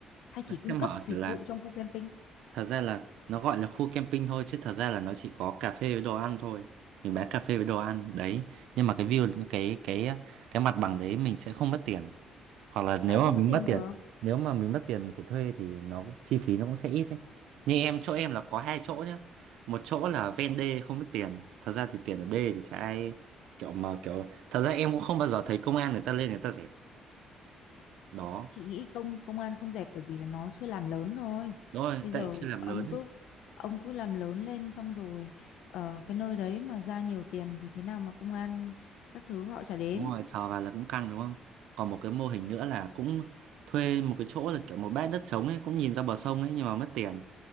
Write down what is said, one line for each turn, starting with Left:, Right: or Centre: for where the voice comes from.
Left: hay chỉ cung
Right: sẽ mở
Left: cấp dịch
Right: kiểu là
Left: vụ trong khu camping
Right: Thật ra là nó gọi là khu camping thôi chứ thật ra là nó chỉ có cà phê với đồ ăn thôi. Mình bán cà phê với đồ ăn đấy. Nhưng mà cái view cái cái cái mặt bằng đấy mình sẽ không mất tiền. Hoặc là
Left: sao
Right: nếu
Left: lại
Right: mà
Left: không
Right: mình
Left: mất tiền
Right: mất
Left: được
Right: tiền, nếu mà mình mất tiền mình phải thuê thì nó chi phí nó cũng sẽ ít đấy. Như em chỗ em là có hai chỗ nhá. Một chỗ là ven đê không mất tiền. Thật ra thì tiền ở đê thì chả ai kiểu mà kiểu thật ra em cũng không bao giờ thấy công an người ta lên người ta dẹp. Đó.
Left: chị nghĩ công công an không dẹp bởi vì là nó chưa làm lớn thôi
Right: Đúng rồi,
Left: bây
Right: tại
Left: giờ
Right: chưa làm
Left: ông
Right: lớn ấy.
Left: cứ ông cứ làm lớn lên xong rồi ở cái nơi đấy mà ra nhiều tiền thì thế nào mà công an các thứ họ chả đến
Right: đúng rồi sờ vào là cũng căng đúng không còn một cái mô hình nữa là cũng thuê một cái chỗ là kiểu một bãi đất trống ấy cũng nhìn ra bờ sông ấy nhưng mà mất tiền